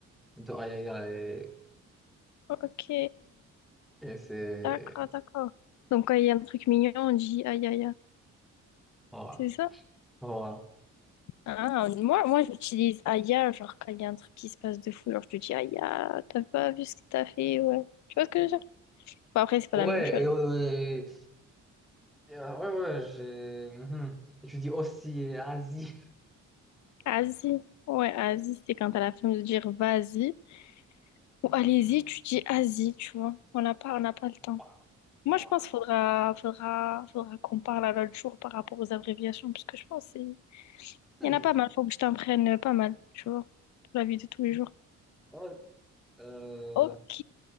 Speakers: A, in the centre; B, on the left.
A: de aïe aïe aïe.
B: Ok.
A: Et, et c'est.
B: D'accord, d'accord. Donc, quand il y a un truc mignon, on dit aïe aïe aïe.
A: Voilà.
B: C'est ça?
A: Voilà.
B: Ah, moi, moi j'utilise aïe aïe, genre quand il y a un truc qui se passe de fou, genre je te dis aïe aïe, t'as pas vu ce que t'as fait, ouais. Tu vois ce que je veux dire? Bon, après, c'est pas
A: Ouais,
B: la même chose.
A: et, euh, et- et, euh, ouais, ouais, j'ai. mhm. Et tu dis aussi euh, Asie.
B: Asi, ouais, asi, c'est quand t'as la flemme de dire vas-y ou allez-y, tu dis asi, tu vois. On n'a pas, on n'a pas le temps.
A: Bah,
B: Moi,
A: voilà.
B: je pense qu'il faudra, faudra, faudra qu'on parle à l'autre jour par rapport aux abréviations, parce que je pense que c'est- il
A: C'est
B: y en a pas
A: juste.
B: mal, faut que je t'en prenne pas mal, tu vois, pour la vie de tous les jours.
A: Ouais. Euh,
B: Ok.